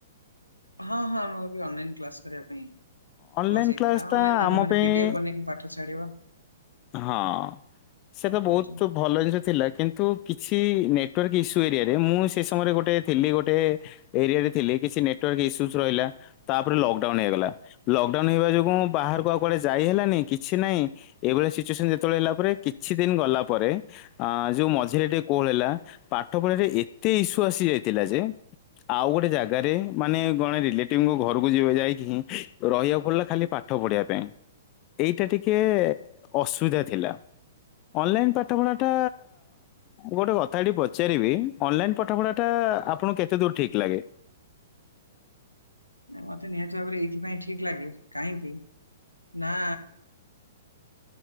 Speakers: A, on the left; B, on the left.
A: ହଁ ହଁ ଆମର ଏ ଅନଲାଇନ୍ କ୍ଲାସ କରିବା ପାଇଁ
B: ଅନଲାଇନ
A: କୁହାଯାଇଥିଲା
B: କ୍ଲାସ
A: <unintelligible>
B: ଟା
A: ମାଧ୍ୟମରେ
B: ଆମ ପାଇଁ
A: ଫିଡ଼ିଫେ ବନେଇକି ପାଠ ଛାଡ଼ିବା।
B: ହଁ ସେ ତ
A: କୁହନ୍ତୁ
B: ବହୁତ ଭଲ ଜିନିଷ ଥିଲା କିନ୍ତୁ କିଛି ନେଟୱାର୍କ ଇସ୍ୟୁ ଏରିଆରେ ମୁଁ ସେ ସମୟରେ ଗୋଟେ ଥିଲି ଗୋଟେ? ଏରିଆରେ ଥିଲି କିଛି ନେଟାର୍କ ଇସୁସ୍ ରହିଲା। ତାପରେ ଲକଡାଉନ ହେଇଗଲା ଲକଡାଉନ ହେଇବା ଯୋଗୁ ବାହାରକୁ ଆଉ କୁଆଡେ ଯାଇ ହେଲାନି କିଛି ନାହିଁ। ଏଇଭଳିଆ ସିଚୁଏସନ ଯେତେବେଳେ ହେଲା ପରେ କିଛି ଦିନ ଗଲା ପରେ ଅ ଯୋଉ ମଝିରେ ଟିକେ କୋହ ହେଲା ପାଠ ପଢରେ ଏତେ ଇସ୍ୟୁ ଆସି ଯାଇଥିଲା ଯେ ଆଉ ଗୋଟେ ଜାଗାରେ ମାନେ ଗଣେ ରିଲେଟିଭ ଘରକୁ ଯିବେ ଯାଇକି, ହିଁ ରହିବାକୁ ପଡ଼ିଲା ଖାଲି ପା ପାଠ ପଢିବା ପାଇଁ ଏଇଟା ଟିକେ ଅସୁବିଧା ଥିଲା ଅନଲାଇନ୍ ପାଠପଢ଼ା ଟା ମୁଁ ଗୋଟେ କଥା ଏଠି ପଚାରିବି ଅନଲାଇନ୍ ପାଠ ପଢାଟା ଆପଣଙ୍କୁ କେତେ ଦୂର ଠିକ୍ ଲାଗେ?
A: ନାଇଁ ମତେ ନିହାତି ଭାବରେ ଏଇଥିପାଇଁ ଠିକ୍ ଲାଗେ କାହିଁକି ନା